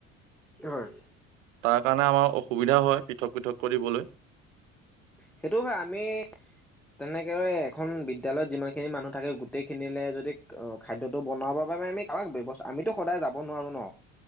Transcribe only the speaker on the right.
তাৰ কাৰণে আমাৰ অসুবিধা হয় পৃথক পৃথক কৰিবলৈ।